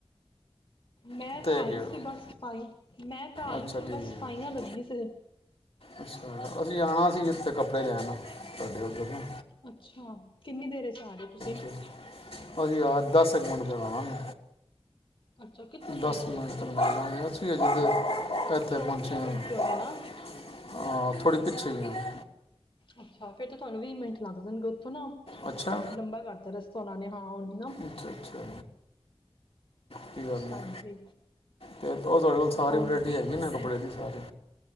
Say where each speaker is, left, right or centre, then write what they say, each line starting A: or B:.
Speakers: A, on the left; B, on the left.
A: ਮੈਂ
B: ਕਿੱਥੇ
A: ਘਰ
B: ਹੈਗੇ
A: ਹੀ
B: ਹੋ
A: ਸੀ। ਬਸ ਸਫ਼ਾਈ ਮੈਂ ਘਰ
B: ਅੱਛਾ
A: ਹੀ ਸੀ
B: ਠੀਕ
A: ਬਸ ਸਫ਼ਾਈਆਂ
B: ਹੈ
A: ਲੱਗੀ ਸੀ।
B: ਅੱਛਾ ਅਸੀਂ ਆਣਾ ਸੀ ਕਿਸੀ ਦੇ ਕੱਪੜੇ ਲੈਣ ਤੁਹਾਡੇ ਉੱਧਰ ਨਾਂ।
A: ਅੱਛਾ ਕਿੰਨੀਂ ਦੇਰ। ਫ਼ਿਰ ਸਾਰੇ ਤੁਸੀਂ।
B: 'ਚ। ਅਸੀਂ ਆ ਦਸ ਕ ਮਿੰਟ ਵਿੱਚ ਆਵਾਂਗੇ।
A: ਅੱਛਾ ਕਿੱਥੇ
B: ਦਸ
A: ਪਹੁੰਚ
B: ਕ ਮਿੰਟ
A: ਗਏ ਤੁਸੀਂ
B: ਲਗਦੇ ਅਸੀਂ ਹਜੇ ਤੇ। ਇੱਥੇਂ
A: ਚੌਂਕ
B: ਪਹੁੰਚੇਂ
A: ਤੇ ਪਹੁੰਚੇ ਹੋਣੇ
B: ਆ।
A: ਨਾ
B: ਆ ਥੋੜ੍ਹੀ ਪਿੱਛੇ ਹੀ ਆ।
A: ਅੱਛਾ ਫ਼ਿਰ ਤਾਂ ਤੁਹਾਨੂੰ ਵੀਹ ਮਿੰਟ ਲੱਗ ਜਾਣਗੇ ਉੱਥੋਂ। ਨਾ
B: ਅੱਛਾ।
A: ਲੰਬਾ ਕਰਤਾ ਰਸਤਾ ਉਹਨਾਂ ਨੇ ਹਾਂ ਹੁਣ ਨਾ
B: ਅੱਛਾ ਅੱਛਾ ਕੋਈ ਗੱਲ਼ ਨੀਂ
A: ਹਾਂਜੀ
B: ਤੇ ਉਹ ਸਾਰੀ
A: ਹਾਂ
B: ਵਰਾਇਟੀ ਹੈਗੀ ਇੰਨਾਂ ਕੱਪੜਿਆਂ ਦੀ ਸਾਰੀ।